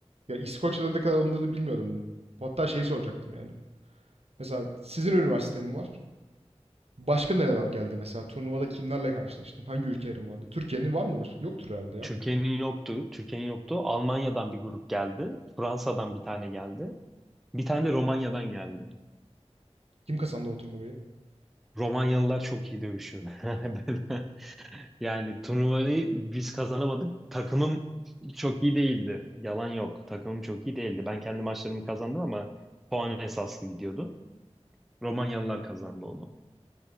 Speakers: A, on the right; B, in the centre.
A: ya İskoçya'da ne kadar alındığını bilmiyordum. Hatta şeyi soracaktım yani. Mesela sizin üniversitenin var. Başka nereler geldi mesela? Turnuvada kimlerle karşılaştın? Hangi ülkelerin vardı? Türkiye'nin var mıdır? Yoktur herhalde ya.
B: Türkiye'nin yoktu. Türkiye'nin yoktu. Almanya'dan bir grup geldi. Fransa'dan bir tane geldi. Bir tane de Romanya'dan geldi.
A: Kim kazandı o turnuvayı?
B: Romanyalılar çok iyi dövüşüyor. <laughs> Böyle, Yani turnuvayı biz kazanamadık. Takımım çok iyi değildi. Yalan yok. Takımım çok iyi değildi. Ben kendi maçlarımı kazandım ama puan esaslı gidiyordu. Romanyalılar kazandı onu.